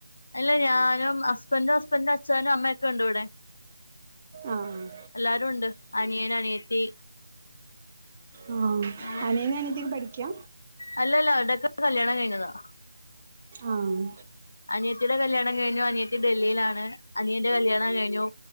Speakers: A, on the left (about 60°); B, on the right (about 25°).
A: അല്ല ഞാനും ഹസ്ബന്റും ഹസ്ബന്റെ അച്ഛനും അമ്മയൊക്കെ ഉണ്ട് ഇവിടെ
B: ആഹ്
A: എല്ലാരു ഉണ്ട് അനിയനനയത്തി
B: ആഹ്
A: അങ്ങനെ
B: അനിയനു അനിയത്തീം പഠിക്കാ
A: അല്ലല്ല അവര്ടോക്കെ കല്യാണം കഴിഞ്ഞതാ
B: ആഹ്
A: അനിയത്തിയുടെ കല്യാണം കഴിഞ്ഞു അനിയത്തി ഡൽഹിയിലാണ് അനിയന്റെ കല്യാണം കഴിഞ്ഞു